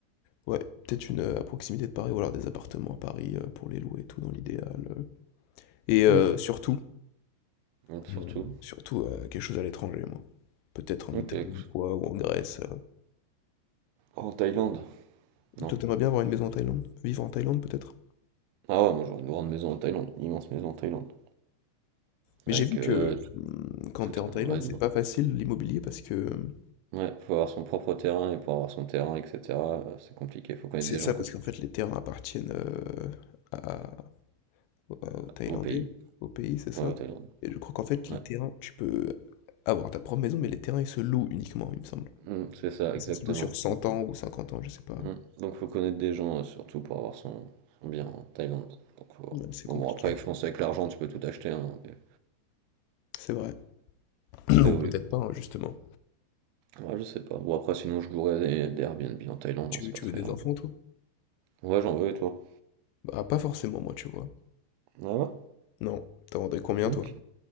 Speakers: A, on the left (about 85°); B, on the right (about 85°).
A: ouais, peut-être une, heu, à proximité de Paris ou alors des appartements à Paris, heu, pour les louer et tout, dans l'idéal, heu et heu,
B: Oui. bah,
A: surtout
B: donc,
A: Et,
B: Surtout.
A: euh, surtout euh, quelque chose à l'étranger, moi. Peut-être en
B: Ok.
A: Italie ou quoi, ou en Grèce. euh.
B: En Thaïlande? Non.
A: Toi, t'aimerais bien avoir une maison en Thaïlande? Vivre en Thaïlande, peut-être?
B: Ah ouais, moi j'aurais une grande maison en Thaïlande, une immense maison en Thaïlande.
A: Mais
B: Avec
A: j'ai vu que
B: euh,
A: hum, quand
B: tout
A: t'es
B: tout
A: en Thaïlande,
B: un. Ouais,
A: c'est
B: dis-moi.
A: pas facile l'immobilier parce que hum,
B: Ouais, faut avoir son propre terrain et pour avoir son terrain, etc. euh, C'est compliqué, faut connaître
A: c'est
B: des
A: ça,
B: gens, quoi.
A: parce qu'en fait, les terrains appartiennent euh, à- aux Thaïlandais,
B: Au pays.
A: au pays, c'est ça?
B: Ouais, au Thaïlande.
A: Et je crois qu'en fait, les
B: Ouais.
A: terrains, tu peux avoir ta propre maison, mais les terrains, ils se louent uniquement, il me semble.
B: Mm, c'est ça, exactement.
A: Ça se loue sur 100 ans ou 50 ans, je sais pas.
B: Mm. Donc faut connaître des gens, euh, surtout pour avoir son, son bien en Thaïlande. Donc, faut-
A: Ouais, C'est
B: Bon,
A: compliqué.
B: bon, après, je pense avec l'argent, tu peux tout acheter. hein, mais...
A: C'est vrai. <clears throat> Ou
B: mais oui.
A: peut-être pas, hein, justement.
B: Ouais, je sais pas. Bon, après, sinon, je louerais des, des Airbnb en Thaïlande,
A: Tu,
B: hein, c'est
A: tu
B: pas très
A: veux des
B: grave.
A: enfants, toi?
B: Ouais, j'en veux, et toi?
A: Bah, pas forcément, moi, tu vois.
B: Ah ouais?
A: Non. T'en vendrais combien,
B: Ok.
A: toi?